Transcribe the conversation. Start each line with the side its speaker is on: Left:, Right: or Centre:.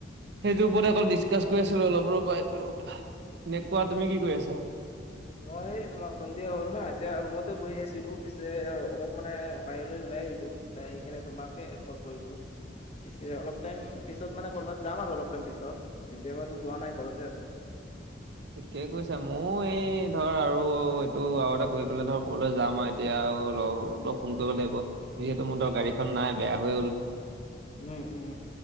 Right: সেইটোৰ ওপৰতে অকল ডিছকাছ কৰি আছিলো অলপ ৰবা এইটো কথা তুমি কোৱা তুমি কি কৰি আছা?
Left: মই তোমাৰ সন্ধিয়া হ'ল না এতিয়া ৰুমতে বঢ়ি আছিলো পিছে অলপ মানে বাহিৰলৈ ওলাই আহিলো। ওলাই আহি কেনে তোমাকে কল কৰিলো। পিছে অলপ টাইম পিছত মানে কৰ'বাত যাম আৰু অলপ টাইম পিছত এতিয়া বাৰু যোৱা নাই ঘৰতে আছো।
Right: থিকেই কৈছা মইয়ো এই ধৰ আৰু এইটো আৰু এটা কৰি পেলাই ধৰ ক'বালে যাম আৰু এতিয়া আৰু লগক ফোন কৰিব লাগিব যিহেতু মোৰ ধৰক গাড়ীখন নাই বেয়া হৈ গ'ল।
Left: উম উম।